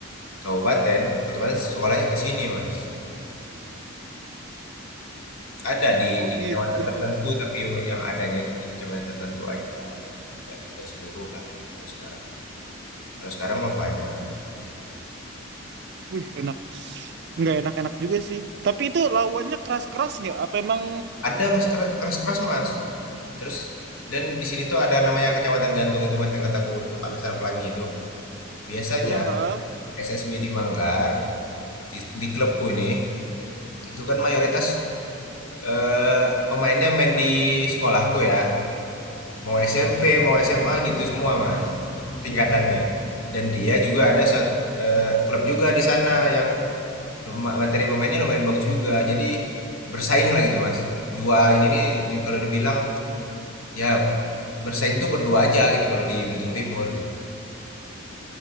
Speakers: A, on the left (about 85°); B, on the right (about 50°).
A: kabupaten, otomatis sekolahnya ke sini, Mas. Ada di
B: Oh
A: di kecamatan
B: gitu.
A: tertentu, tapi yang adanya itu di kecamatan tertentu aja gitu. Nggak, nggak, nggak seluruh lah kalau sekarang. Kalau sekarang mah banyak gitu.
B: Wih enak. Nggak enak-enak juga sih. Tapi itu lawannya keras-keras nggak? Apa emang
A: Ada Mas kera- keras-keras Mas. Terus dan di sini tuh ada namanya Kecamatan Gantung itu Mas yang kataku tempat laser pelangi itu. Biasanya
B: ya? Ha?
A: SSB di Manggar di, di klubku ini itu kan mayoritas eh, pemainnya main di sekolahku ya. mau SMP mau SMA gitu semua mas tingkatannya dan dia juga ada satu eh, klub juga di sana yang luma- materi pemainnya lumayan bagus juga jadi bersaing lah gitu mas dua ini nih di- kalau dibilang ya bersaing tuh berdua aja gitu kalau di Belitung Timur gitu